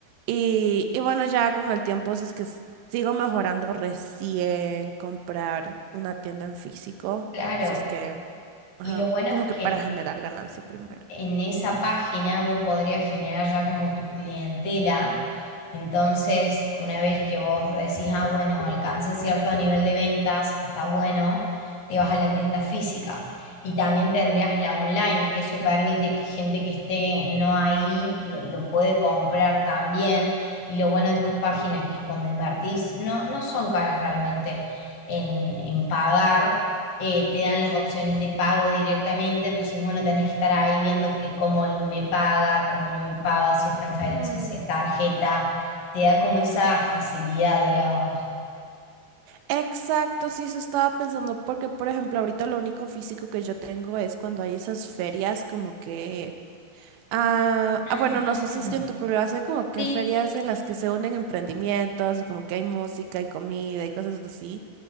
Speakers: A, on the right; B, on the left.
A: Y, y bueno, ya con el tiempo, si es que s- sigo mejorando, recién comprar una tienda en físico,
B: Claro.
A: si es que, ajá,
B: Y lo bueno
A: como
B: es
A: que
B: que
A: para generar ganancia primero.
B: en esa página vos podrías generar ya como tu clientela. Entonces, una vez que vos decís, ah, bueno, alcancé cierto nivel de ventas, que está bueno, te vas a la tienda física. Y también tendrías la online, que eso permite que gente que esté no ahí lo,
A: No.
B: lo puede comprar también. Y lo bueno de estas páginas es que cuando invertís, no, no son caras realmente en en pagar eh, te dan las opciones de pago directamente, entonces bueno, tenés que estar ahí viendo que cómo me paga, cómo no me paga, si es transferencia,
A: Mm.
B: si es tarjeta, te da como esa facilidad, digamos.
A: Exacto, sí, eso estaba pensando porque, por ejemplo, ahorita lo único físico que yo tengo es cuando hay esas ferias como que Ah,
B: Ah,
A: ah, bueno,
B: está
A: no sé
B: bueno.
A: si es que en tu pueblo hacen como que
B: Sí,
A: ferias en las que se unen emprendimientos y como que hay música y comida y cosas así.